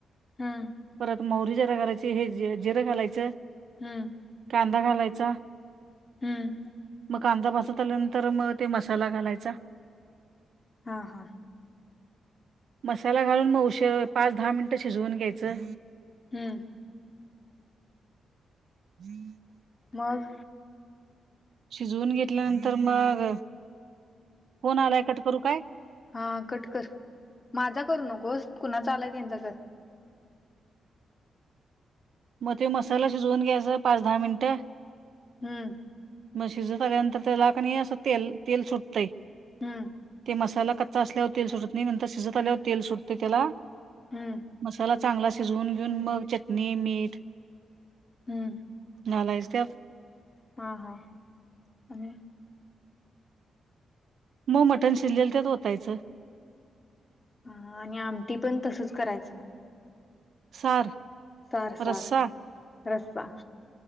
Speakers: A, on the left; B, on the right.
A: हम्म.
B: मोहरी जिर घालायची, हे जिरं घालायचं
A: हम्म
B: कांदा घालायचा.
A: हम्म
B: मग कांदा भासत आल्यानंतर मग ते मसाला घालायचा.
A: हा हा.
B: मसाला घालून मग उश पाच दहा मिनिटं शिजवून घ्यायचं.
A: हम्म.
B: ह <unintelligible>
A: मग.
B: शिजवून घेतल्यानंतर मग कोण आलाय कट करू काय.
A: हा कटकर माझा कर नक. गोष्ट कुणा चा आलाय त्यांच घर.
B: मग ते मसाला शिजवून घ्यायचा पाच दहा मिनटं.
A: हम्म
B: म्हशीज आल्यानंतर त्यालाकणी असं तेल तेल सुटतंय.
A: हम्म
B: ते मसाला कच्चा असल्यावर तेल सुटत नाही, नंतर शिजत आल्यावर तेल सुटते त्याला.
A: हम्म.
B: मसाला चांगला शिजवून घेऊन मग चटणी मीठ.
A: हम्
B: घालायचं त्यात
A: हा हा. हम <unintelligible>
B: मग मटण शिरलेल त्यात वतायचं.
A: ह आणि आमटी पण तसच करायचं.
B: सार.
A: सार सार
B: रस्सा
A: रसा.